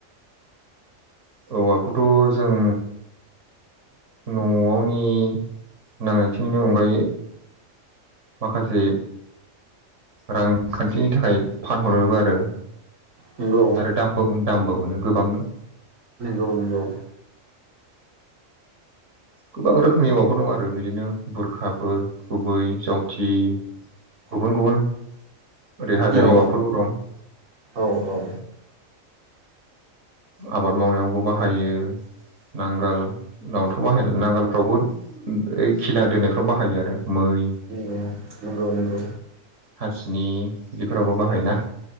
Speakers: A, on the right; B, on the right.
A: औवाखौथ' जों न'आवनि नांनायखिनिनि अनगायै माखासे रांखान्थिनि थाखाय फानहरोबो आरो
B: नोंगौ
A: आरो दामबो उम दामबो मोनो गोबांनो।
B: औ नंगौ
A: गोबां रोखोमनि औवाफोर दं आरो बिदिनो बुरखाफोर गुबै जगथि गुबुन गुबुन ओरै हाजोनि
B: औ
A: हौवाफोरबो दं।
B: औ औ
A: आबाद मावनायावबो बाहायो नांगोल नवाथ' बाहाय नांगोलफ्रावबो ओइ खिला दोनायफ्राव बाहायो आरो मै
B: ओ नंगौ ओ नोंगौ
A: हासिनि बिफोरावबो बाहायोना